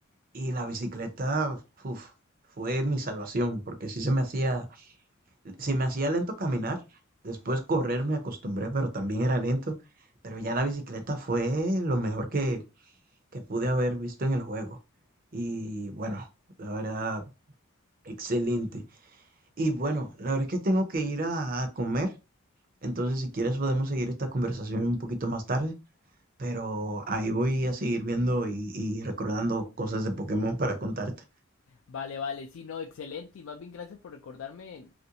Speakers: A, on the right; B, on the left.
A: y la bicicleta, uf, fue mi salvación, porque sí se me hacía, si me hacía lento caminar, después correr me acostumbré, pero también era lento, pero ya la bicicleta fue lo mejor que pude haber visto en el juego. Y bueno, la verdad, excelente. Y bueno, la verdad es que tengo que ir a, a comer. Entonces, si quieres, podemos seguir esta conversación un poquito más tarde. Pero ahí voy a seguir viendo y, y recordando cosas de Pokémon para contarte.
B: Vale, vale, sí, no, excelente. Y más bien gracias por recordarme